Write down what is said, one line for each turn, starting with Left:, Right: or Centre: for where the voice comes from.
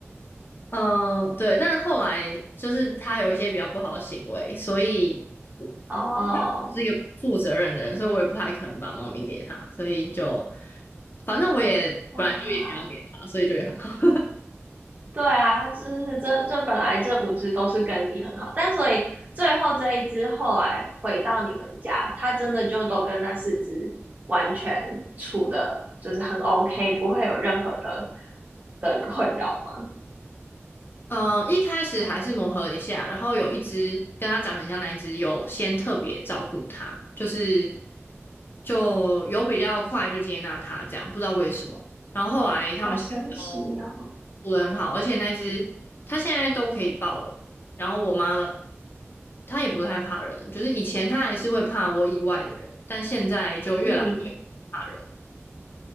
Left: 嗯，对，但后来就是他有一些比较不好的行为，所以我
Right: 哦，
Left: <laughs> 是一个负责任的人，所以我也不太可能把猫咪给他，所以就反正我也本来就也没有给他，
Right: 哇，
Left: 所以就也很好。
Right: 对啊，就是这这本来这五只都是跟你很好，但所以最后这一只后来回到你们家，它真的就都跟那四只完全处的，就是很 OK，不会有任何的的困扰吗？
Left: 嗯、呃，一开始还是磨合一下，然后有一只跟它长很像那一只，有先特别照顾它，就是就有比较快就接纳它这样，不知道为什么。然后后来他们现在都
Right: 好神奇哦！
Left: 处得很好，而且那只它现在都可以抱了，然后我妈了，它也不太怕人了就是以前它还是会怕我以外的人，但现在就越来越不怕人。
Right: 嗯，